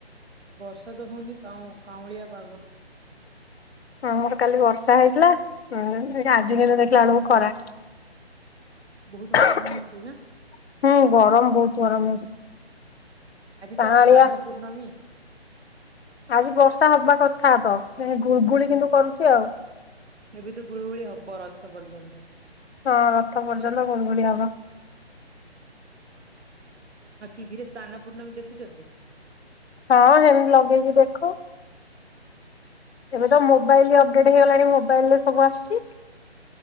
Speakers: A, on the right; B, on the left.
A: ବର୍ଷା ତ ହଉନି, କାଉଁ- କାଉଁଳିଆ ପାଗ।
B: ହଁ ଆମର କାଲି ବର୍ଷା ହେଇଥିଲା। ହୁଁ ଆଜି କିନ୍ତୁ ଦେଖିଲା ବେଳକୁ ଖରା।
A: ବହୁତ ଗରମ
B: ହୁଁ,
A: ହଉଛି ନା
B: ଗରମ ବହୁତ ଗରମ ହଉଛି।
A: ଆଜି
B: କାଆଁଳିଆ
A: ତ ସ୍ନାନ ପୂର୍ଣମୀ।
B: ଆଜି ବର୍ଷା ହବା କଥା ତ। ଗୁଳ, ଗୁଳି କିନ୍ତୁ କରୁଛି ଆଉ।
A: ଏବେ ତ ଗୁଳିୁ, ଗୁଳି ହବ ରଥ ପର୍ଯ୍ୟନ୍ତ।
B: ହଁ ରଥ ପର୍ଯ୍ୟନ୍ତ ଗୁଳୁଗୁଳି ହବ।
A: ଆଉ ଟିଭି ରେ ସ୍ନାନ ପୂର୍ଣ୍ଣମୀ ଦେଖୁଛନ୍ତି?
B: ହଁ ହେମିତି ଲଗେଇକି ଦେଖୁ। ଏବେ ତ ମୋବାଇଲ ଅପଡେଟ ହେଇଗଲାଣି ମୋବାଇଲରେ ସବୁ ଆସୁଛି।